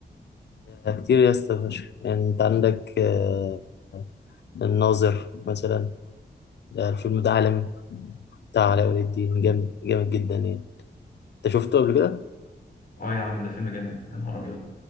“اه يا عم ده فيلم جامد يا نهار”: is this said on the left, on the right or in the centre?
Left